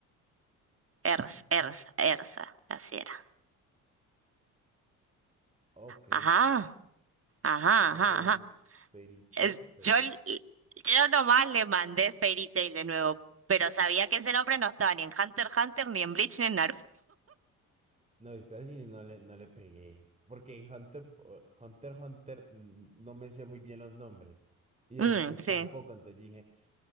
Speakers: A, on the right (about 35°); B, on the right (about 15°).
A: Ersa, Ersa, Ersa, así era.
B: Ok.
A: Ajá, ajá,
B: Pues,
A: ajá, ajá.
B: perite,
A: Es-
B: perite.
A: yo, l- yo nomás le mandé Fairy Tail de nuevo, pero sabía que ese nombre no estaba ni en Hunter x Hunter, ni en Bleach, ni en Naruto.
B: No, esta sí no le, no le pegué. Porque en Hunter, po- Hunter, Hunter mm, no me sé muy bien los nombres. Y
A: Mm,
B: en Bleach
A: sí.
B: tampoco. Entonces dije,